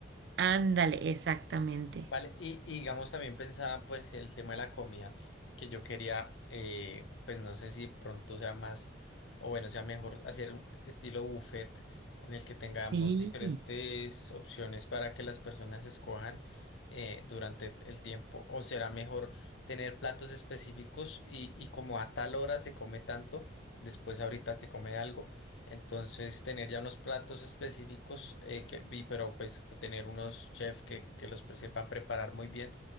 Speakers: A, on the right; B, on the left.
A: Ándale, exactamente.
B: Vale, y, y digamos también pensaba pues el tema de la comida, que yo quería, eh, pues no sé si pronto sea más, o bueno, sea mejor hacer un estilo buffet en el que tengamos
A: Sí,
B: diferentes opciones para que las personas escojan eh, durante el tiempo, o será mejor tener platos específicos y, y como a tal hora se come tanto, después ahorita se come algo. Entonces, tener ya unos platos específicos, eh, que, y, pero pues tener unos chefs que, que los pre- sepan preparar muy bien.